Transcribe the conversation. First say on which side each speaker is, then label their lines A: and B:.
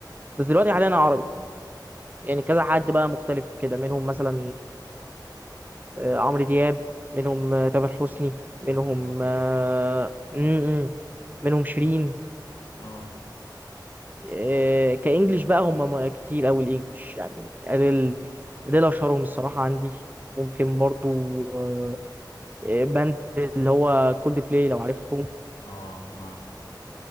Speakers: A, on the right; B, on the left.
A: بس دلوقتي حاليا عربي يعني كذا حد بقى مختلف كده منهم مثلا آه، عمرو دياب منهم آه، تامر حسني منهم
B: الله
A: آه، م- م- منهم شيرين
B: اه
A: آه، كانجليش بقى هم م- كتير قوي الانجليش يعني اديل اديل اشهرهم الصراحه عندي ممكن برضو آه، باند اللي هو كولد بلاي لو عارفهم
B: اه اه